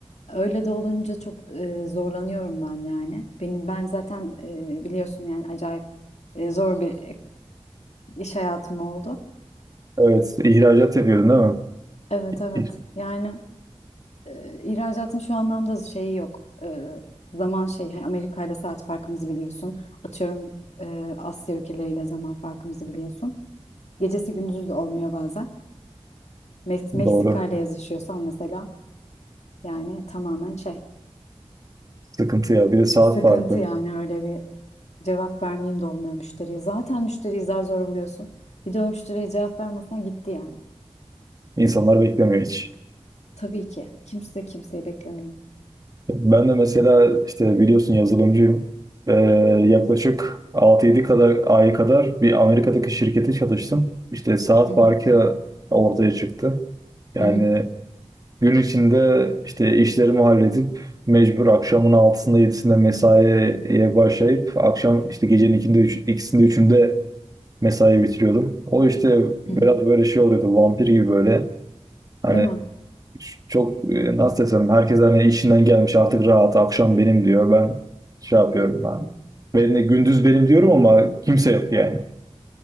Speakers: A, on the left; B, on the right.
A: öyle de olunca çok eee, zorlanıyorum ben yani. Benim ben zaten eee, biliyorsun yani acayip eee, zor bir iş hayatım oldu.
B: Evet, ihracat yapıyordun değil mi?
A: Evet evet
B: İyi,
A: yani e, ihracatın şu anlamda şeyi yok E, zaman şey yani Amerika ile saat farkımızı biliyorsun atıyorum e, Asya ülkeleriyle zaman farkımızı biliyorsun gecesi gündüzü de olmuyor bazen Mex- Meksika
B: Doğru.
A: ile yazışıyorsan mesela yani tamamen şey
B: Sıkıntı ya. Bir de saat
A: sıkıntı
B: farkı.
A: yani öyle bir cevap vermeyeyim de olmuyor müşteriye zaten müşteriyi zar zor buluyorsun bir de o müşteriye cevap vermesen gitti yani
B: İnsanlar beklemiyor hiç.
A: tabii ki kimse kimseyi beklemiyor.
B: Ben de mesela işte biliyorsun yazılımcıyım. Ee, yaklaşık altı yedi kadar ay kadar bir Amerika'daki şirkete çalıştım. İşte saat
A: Hı hı.
B: farkı ortaya çıktı. Yani
A: Hı hı.
B: gün içinde işte işlerimi halledip mecbur akşamın altısında yedisinde mesaiye başlayıp akşam işte gecenin 2'sinde 3, 2'sinde 3'ünde mesai bitiriyordum. O işte biraz
A: Hı hı.
B: böyle şey oluyordu vampir gibi böyle hani
A: Değil mi?
B: ş- çok e, nasıl desem herkes hani işinden gelmiş artık rahat akşam benim diyor ben şey yapıyorum ben. Benim gündüz benim diyorum ama kimse yok yani.